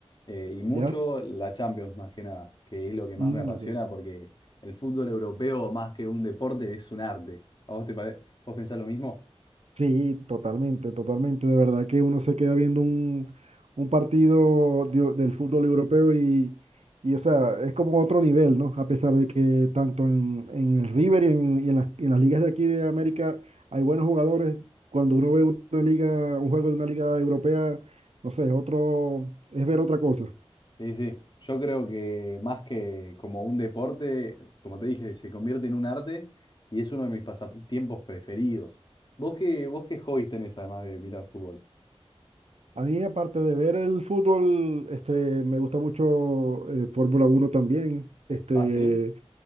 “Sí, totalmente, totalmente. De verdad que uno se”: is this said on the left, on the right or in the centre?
Right